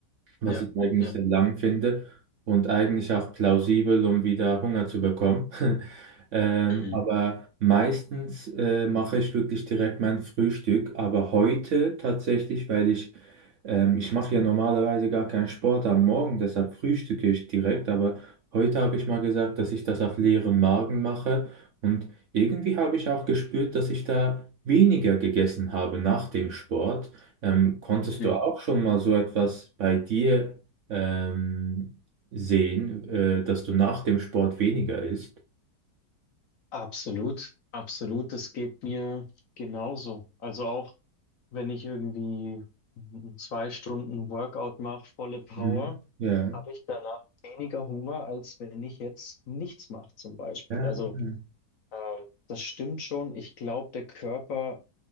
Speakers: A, on the right; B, on the left.
A: was
B: Ja,
A: ich eigentlich
B: ja.
A: sehr lang finde und eigentlich auch plausibel, um wieder Hunger zu bekommen. <laughs> Ähm,
B: Mhm.
A: aber meistens äh, mache ich wirklich direkt mein Frühstück, aber heute tatsächlich, weil ich, ähm, ich mache ja normalerweise gar keinen Sport am Morgen, deshalb frühstücke ich direkt, aber heute habe ich mal gesagt, dass ich das auf leeren Magen mache und irgendwie habe ich auch gespürt, dass ich da weniger gegessen habe nach dem Sport. Ähm, konntest
B: Mhm.
A: du auch schon mal so etwas bei dir ähm, sehen, äh, dass du nach dem Sport weniger isst?
B: Absolut, absolut, das geht mir genauso. Also auch wenn ich irgendwie zwei Stunden Workout mache, volle Power.
A: Mhm. Ja.
B: habe ich danach weniger Hunger, als wenn ich jetzt nichts mache, zum Beispiel.
A: Ja,
B: Also,
A: okay.
B: ähm, das stimmt schon. Ich glaube, der Körper